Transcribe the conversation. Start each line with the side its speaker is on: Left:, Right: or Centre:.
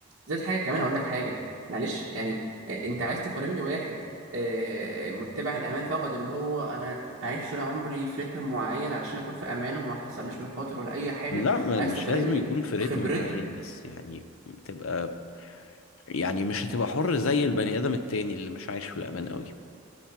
Right: زائد حاجه كمان هقول لك حاجه معلش يعني آه، انت عايز تقارن لي واحد آه، متبع الامان فقط ان هو انا هعيش طول عمري في رتم معين علشان اكون في امان وما حصلش مخاطر ولا اي حاجه
Left: لا م-
Right: عايز
Left: مش
Right: تقارن
Left: لازم يكون
Right: لي
Left: في رتم
Right: خبرته
Left: معين بس يعني تبقى يعني مش هتبقى حر زي البني ادم التاني اللي مش عايش في الامان قوي